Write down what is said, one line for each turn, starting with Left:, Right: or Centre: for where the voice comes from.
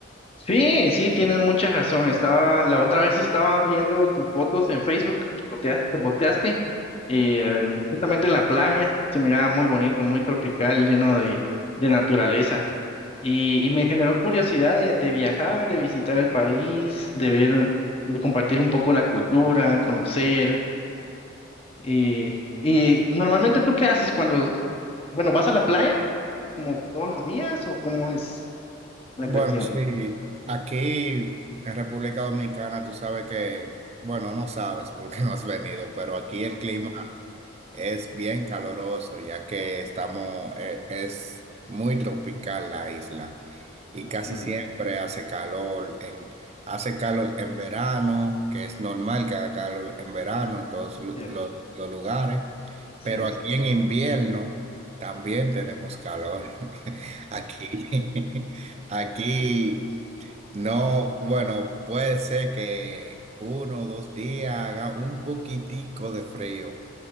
Left: Sí, sí, tienes mucha razón. Estaba, la otra vez estaba viendo tus fotos en Facebook que potea- te posteaste, y eh, justamente en la playa, se miraba muy bonito, muy tropical, lleno de, de naturaleza. Y, y me generó curiosidad de, de viajar, de visitar el país, de ver, de compartir un poco la cultura, conocer. Y, y normalmente ¿tú qué haces cuando, bueno, vas a la playa como todos los días o cómo es la
Right: Bueno,
Left: cuestión?
Right: sí, aquí en República Dominicana tú sabes que, bueno, no sabes porque no has venido, pero aquí el clima Es bien caloroso, ya que estamos, e- es muy tropical la isla y
Left: Ujú,
Right: casi siempre hace calor en, hace calor en verano, que es normal que haga calor en verano en todos lu-
Left: Cierto,
Right: los, los lugares,
Left: cierto.
Right: pero aquí en invierno también tenemos calor. <laughs> Aquí, <laughs> aquí no, bueno, puede ser que uno o dos días haga un poquitico de frío